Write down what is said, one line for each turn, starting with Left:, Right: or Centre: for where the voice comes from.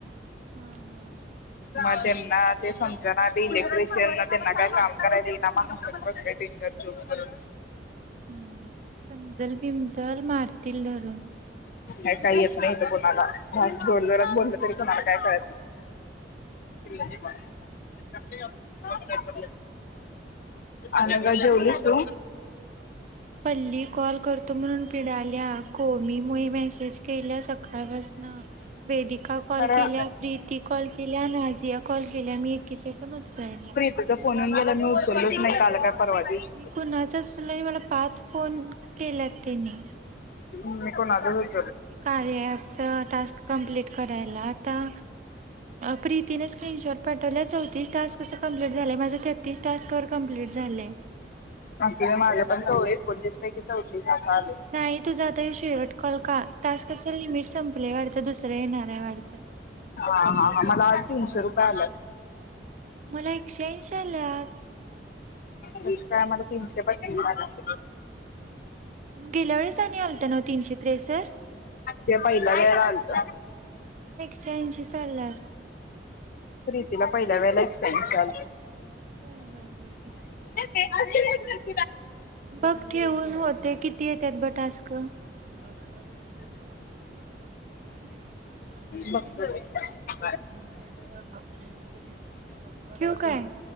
Right: हा हा हा.
Left: मग त्यांना ते समज ना ते इलेक्ट्रिशियन त्यांना काय काम. करायला येईना ना मानस का जोत करून.
Right: हम्म समजल बिमजल मारतील धरून.
Left: नाही काही येत नाही तर कोणाला जोर जोरात बोललं तरी कोणाला काय कळत नाही. <unintelligible> अनघा जेवलीस तु?
Right: पल्ली कॉल करतो, म्हणून पिडाल्या कोमी मु मेसेज केल्या सकाळ पासन. वेदिका कॉल
Left: खरं
Right: केल्या, प्रीती कॉल केल्या, नाजिया कॉल केल्या मी एकीच्या पण उचलया नाय.
Left: तुजा फोनन गेला न मी उचलच नाही काल काय परवा दिवशी.
Right: कुणाचा सुला मला पाच फोन केल्यात त्यांनी.
Left: ह्म मी कोणाचाच उचलत
Right: ते कार्याच टास्क कम्प्लीट करायला आता प्रीतीने स्क्रीनशॉट पाठवलं चौतीस टास्कचं कंमप्लीट झालं माझं तेहतीस तास कर कंमप्लीट झाले
Left: असे मी माझ्या पण चौ एकोणतीस पैकी चौतीस असं आलय
Right: नाही तुझा आता हे शेवट कॉल का टास्काचं लिमिट संपलं वाटतं दुसरं येणार आहे वाटत
Left: हा हा हा मला आज तीनशे रुपये आलयात
Right: मला एकशेयेंशी आल्यात
Left: कस काय मला तीनशे बतीस आल्यात
Right: गेल्या वेस आणि आलत ना तीनशे त्रेसष्ट
Left: ते पहिल्या वेळेला आलत
Right: शहाऐंशी स् लाख
Left: प्रीतीला पहिल्या वेळेला एकशे आयशी आलत
Right: होय बरं बरं ठीक.
Left: अ
Right: बघ ठेऊन होते किती येत्यात बग टास्क टीचर प लागत थोड्याला काय नाही तर
Left: बघतो.
Right: मी माझ्या घ ठीव काय